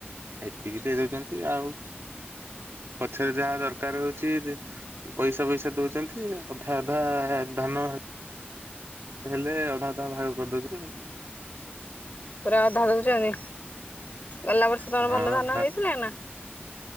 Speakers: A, on the right (about 80°); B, on the left (about 45°).
A: ଏତିକି ଦେଇ ଦଉଛନ୍ତି ଆଉ ପଛରେ ଯାହା ଦରକାର ହଉଛି ପଇସା ଫଇସା ଦଉଛନ୍ତି ଅଧା ଅଧା ଧାନ ହେଲେ ଅଧା ଅଧା ଭାଗ କରିଦଉଥିଲେ ଆଉ।
B: ପୁରା ଅଧା ଦଉଚନି ଗଲା ବର୍ଷେ ତମର
A: ହଁ
B: ଭଲ ଧାନ
A: ଧା
B: ହେଇଥିଲା ନା।